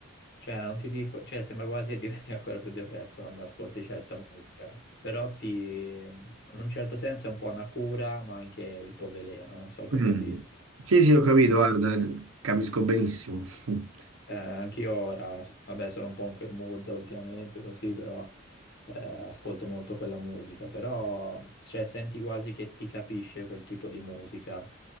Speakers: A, on the left; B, on the right.
A: cioè, non ti dico, cioè, sembra quasi che diventi <laughs> ancora più depresso quando ascolti certa musica però ti, in un certo senso è un po' una cura, ma anche il tuo veleno, non so come
B: Mm.
A: dirti.
B: Sì, sì, ho capito, guarda, capisco benissimo. <laughs>
A: Eh, anch'io ora, s- vabbè, sono un po' in quel mood ultimamente, così, però eh, ascolto molto quella musica, però cioè, senti quasi che ti capisce quel tipo di musica.